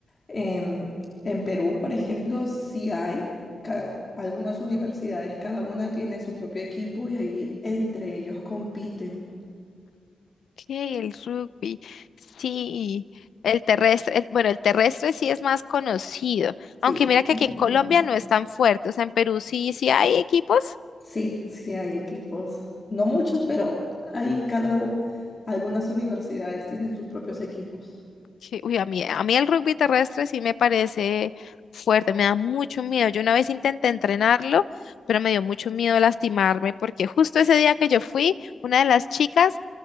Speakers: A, on the left; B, on the left.
A: En, en Perú, por ejemplo, sí hay ca- algunas universidades, cada una tiene su propio equipo y ahí entre ellos compiten.
B: que El rugby, sí. El terrestre, el- bueno, el terrestre sí es más conocido,
A: Sí,
B: aunque mira que
A: ese
B: aquí en
A: mismo.
B: Colombia no es tan fuerte, o sea, en Perú sí, sí hay equipos,
A: Sí, sí hay equipos. No muchos, pero hay cada u- algunas universidades tienen sus propios equipos.
B: Sí, uy, a mí, a mí el rugby terrestre sí me parece fuerte, me da mucho miedo. Yo una vez intenté entrenarlo, pero me dio mucho miedo lastimarme porque justo ese día que yo fui, una de las chicas